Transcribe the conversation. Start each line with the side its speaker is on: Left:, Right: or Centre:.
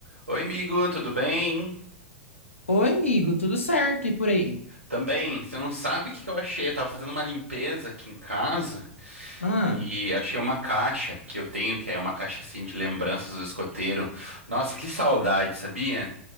Right: Oi, amigo, tudo bem?
Left: Oi, amigo, tudo certo? E por aí?
Right: Também, você não sabe o que que eu achei? Eu tava fazendo uma limpeza aqui em casa
Left: Ah,
Right: e achei uma caixa que eu tenho, que é uma caixa assim de lembranças do escoteiro. Nossa, que saudade, sabia?